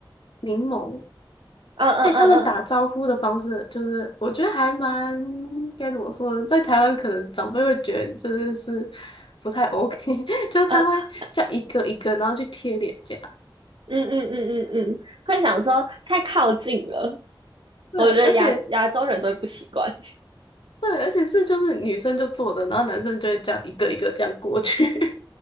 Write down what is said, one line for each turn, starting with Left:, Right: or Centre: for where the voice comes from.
Left: 柠檬。
Right: 嗯嗯嗯嗯
Left: 哎、他们打招呼的方式，就是我觉得还蛮该怎么说呢，在台湾可能长辈会觉得真的是不太 OK，<laughs> 就是他会叫一个一个，
Right: 嗯
Left: 然后去贴脸颊。
Right: 嗯嗯嗯嗯，嗯会想说太靠近了，
Left: 对，
Right: 我觉得亚亚洲人都会不习惯。
Left: 而且对，而且是就是女生就坐着，然后男生就会这样一个一个这样过去。